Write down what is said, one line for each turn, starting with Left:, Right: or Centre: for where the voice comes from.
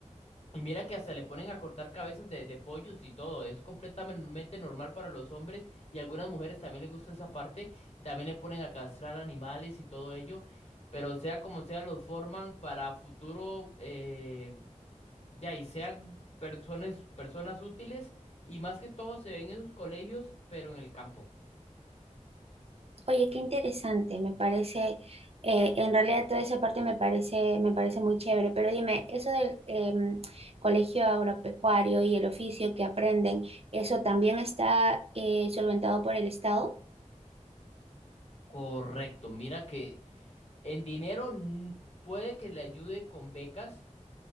Left: Y mira que hasta le ponen a cortar cabezas de, de pollos y todo. Es completamente normal para los hombres y a algunas mujeres también les gusta esa parte. Y también le ponen a castrar animales y todo ello. Pero sea como sea, los forman para futuro. eh, de ahí sean personas, personas útiles y más que todo se ven en esos colegios, pero en el campo.
Right: Oye, qué interesante, me parece, eh, en realidad toda esa parte me parece, me parece muy chévere, pero dime, eso del em, colegio agropecuario y el oficio que aprenden, ¿eso también está eh, solventado por el Estado?
Left: Correcto, mira que en dinero n- puede que le ayude con becas,